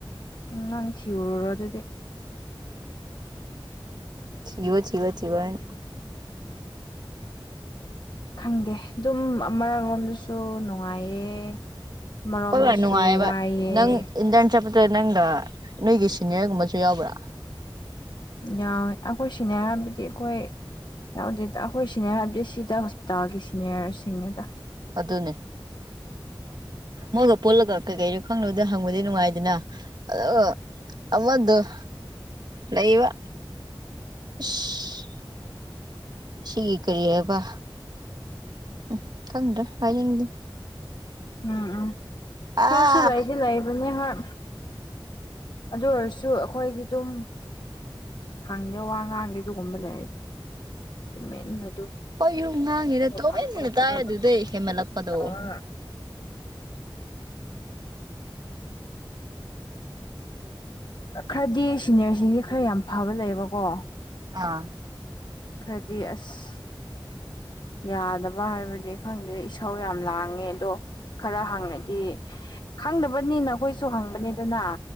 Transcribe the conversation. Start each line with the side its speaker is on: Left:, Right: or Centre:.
Left: ꯎꯝ ꯅꯪ ꯊꯤꯌꯨꯔꯨꯔꯣ ꯑꯗꯨꯗꯤ
Right: ꯊꯤꯕ ꯊꯤꯕ ꯊꯤꯕ ꯍꯥꯏꯅ
Left: ꯈꯪꯗꯦ ꯑꯗꯨꯝ ꯑꯃꯔꯣꯝꯗꯁꯨ ꯅꯨꯡꯉꯥꯏꯌꯦ ꯑꯃꯔꯣꯝꯗꯁꯨ
Right: ꯍꯣꯏ ꯚꯥꯏ ꯅꯨꯡꯉꯥꯏꯌꯦꯕ
Left: ꯋꯥꯏꯑꯦ
Right: ꯅꯪ ꯏꯟꯇꯔꯟ ꯆꯠꯄꯗ ꯅꯪꯒ ꯅꯣꯏꯒꯤ ꯁꯤꯅꯤꯌꯔꯒꯨꯝꯕꯁꯨ ꯌꯥꯎꯕ꯭ꯔꯥ
Left: ꯌꯥꯎꯋꯦ ꯑꯩꯈꯣꯏ ꯁꯤꯅꯤꯌꯥꯔ ꯍꯥꯏꯕꯗꯤ ꯑꯩꯈꯣꯏ ꯌꯥꯎꯗꯦꯗ ꯑꯩꯈꯣꯏ ꯁꯤꯅꯤꯌꯔ ꯍꯥꯏꯕꯗꯤ ꯁꯤꯗ ꯍꯣꯁꯄꯤꯇꯥꯜꯒꯤ ꯁꯤꯅꯤꯌꯔꯁꯤꯡꯅꯤꯗ
Right: ꯑꯗꯨꯅꯦ ꯃꯣꯏꯒ ꯄꯨꯜꯂꯒ ꯀꯩꯀꯩꯅ‌ꯣ ꯈꯪꯅꯗ ꯍꯪꯕꯗꯤ ꯅꯨꯡꯉꯥꯏꯗꯅ ꯑꯗꯣ ꯑꯃꯗ‌ꯣ ꯂꯩꯕ ꯏꯁ ꯁꯤꯒꯤ ꯀꯔꯤ ꯍꯥꯏꯕ ꯎꯝ ꯈꯪꯗ꯭ꯔ‌ꯥ ꯍꯥꯏꯅꯤꯡ
Left: ꯎꯝ ꯎꯝ
Right: ꯑꯥ
Left: ꯈꯔꯁꯨ ꯂꯩꯗꯤ ꯂꯩꯕꯅ‌ꯦ ꯍꯣꯏ ꯑꯗꯨ ꯑꯣꯏꯔꯁꯨ ꯑꯩꯈꯣꯏꯒꯤ ꯗꯨꯝ ꯈꯪꯗꯦ ꯋꯥ ꯉꯥꯡꯗꯦ ꯑꯗꯨꯒꯨꯝꯕ ꯂꯩꯔꯗꯤ ꯇꯨꯃꯤꯟꯅ ꯑꯗꯨꯝ
Right: ꯈ‌ꯣꯏꯁꯨ ꯉꯥꯡꯗ‌ꯦꯗ
Left: ꯇꯧꯐꯝ
Right: ꯇꯣꯃꯤꯟꯅ
Left: ꯊꯣꯛꯄꯗꯣ
Right: ꯇꯥꯏ
Left: ꯑꯗꯨꯝ
Right: ꯑꯗꯨꯗꯩ ꯍꯦꯟꯃꯟꯂꯛꯄꯗꯣ
Left: ꯇꯧꯔꯒ ꯈꯔꯗꯤ ꯁꯤꯅꯤꯌꯔꯁꯤꯡꯗꯤ ꯈꯔ ꯌꯥꯝ ꯐꯕ ꯂꯩꯌꯦꯕꯀꯣ
Right: ꯑꯥ
Left: ꯈꯔꯗꯤ ꯑꯁ ꯌꯥꯗꯕ ꯍꯥꯏꯕꯗꯤ ꯈꯪꯗꯦ ꯏꯁꯧ ꯌꯥꯝ ꯂꯥꯡꯉꯦ ꯑꯗꯣ ꯈꯔ ꯍꯪꯉꯗꯤ ꯈꯪꯗꯕꯅꯤꯅ ꯈꯣꯏꯁꯨ ꯍꯪꯕꯅꯤꯗꯅ